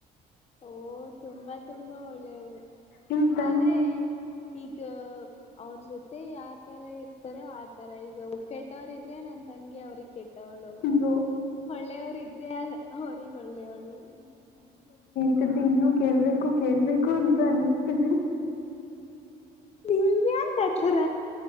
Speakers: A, on the left (about 40°); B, on the left (about 75°).
A: <unintelligible> ತುಂಬಾ ತುಂಬಾ ಒಳ್ಳೆಯವಳು
B: ನಿಮ್ ತಂಗಿ
A: ಆದ್ರೆ ಈಗ ಅವ್ರ ಜೊತೆ ಯಾವತರ ಇರ್ತಾರೋ ಆತರ ಈಗ ಅವ್ರ ಕೆಟ್ಟವರ ಇದ್ರೆ ನನ್ನ ತಂಗಿ ಅವ್ರಿಗೆ ಕೆಟ್ಟವಳು
B: ಅಯ್ಯೋ
A: ಒಳ್ಳೆಯವರ ಇದ್ರೆ ಅವ್ರಗ್ ಒಳ್ಳೆಯವಳು.
B: ಇನ್ನು ಕೇಳ್ಬೇಕು ಕೇಳ್ಬೇಕು ಅಂತ ಅನಿಸ್ತಿದೆ
A: <inaudible> ಕಚರ